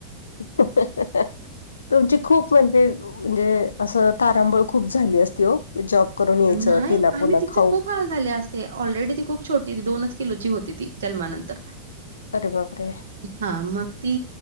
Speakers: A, on the left; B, on the right.
A: <inaudible> तुमची खूप म्हणजे म्हणजे असं तारांबळ खूप झाली असती हो. जॉब करून यायचं
B: नाही
A: तिला पुन्हा
B: आणि तिचे
A: खाऊ
B: खूप हाल झाले असते ऑलरेडी ती खूप छोटी दोनच किलोची होती ती जन्मानंतर
A: अरे बापरे!
B: हां मग ती